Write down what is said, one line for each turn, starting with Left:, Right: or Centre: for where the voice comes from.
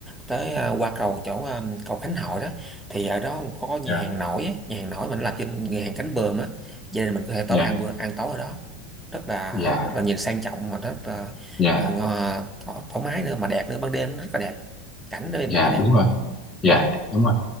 Centre: tới à, qua cầu chỗ à, cầu Khánh Hội đó thì ở đó có, nhà
Left: dạ
Centre: hàng nổi á, nhà hàng nổi mình làm trên nhà hàng cánh bờm á gia nên mình có thể tối
Left: dạ
Centre: ăn bữa ăn tối ở đó rất là
Left: dạ
Centre: rất là nhìn sang trọng mà rất là,
Left: dạ
Centre: là ngò- thoải thoải mái nữa mà đẹp nữa ban đêm rất là đẹp cảnh đêm
Left: dạ
Centre: rất là đẹp
Left: đúng rồi dạ
Centre: ừ,
Left: đúng rồi